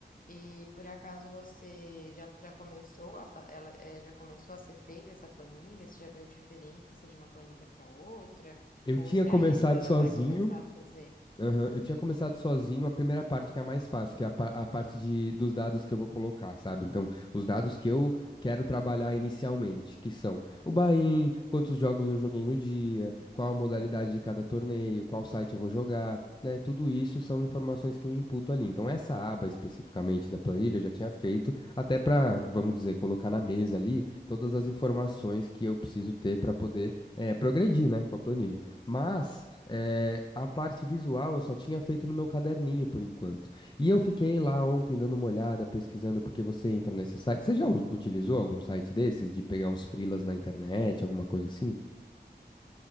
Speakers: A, on the left; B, on the left.
A: E por acaso você já, já começou a fa- ela eh, já começou a ser feita essa planilha? Você já viu a diferença de uma planilha para outra?
B: Eu
A: Ou
B: tinha
A: você
B: começado
A: ainda
B: sozinho.
A: vai começar a fazer?
B: aham, eu tinha começado sozinho a primeira parte, que é a mais fácil, que é a, pa- a parte de, dos dados que eu vou colocar, sabe? Então, os dados que eu quero trabalhar inicialmente, que são o buy-in, quantos jogos eu joguei no dia, qual a modalidade de cada torneio, qual site eu vou jogar, né? Tudo isso são informações que eu imputo ali. Então, essa aba especificamente da planilha eu já tinha feito, até para, vamos dizer, colocar na mesa ali todas as informações que eu preciso ter para poder, eh, progredir, né, com a planilha. Mas eh, a parte visual eu só tinha feito no meu caderninho por enquanto. E eu fiquei lá ontem dando uma olhada, pesquisando, porque você entra nesse site. Você já u- utilizou algum site desses de pegar uns freelas na internet, alguma coisa assim?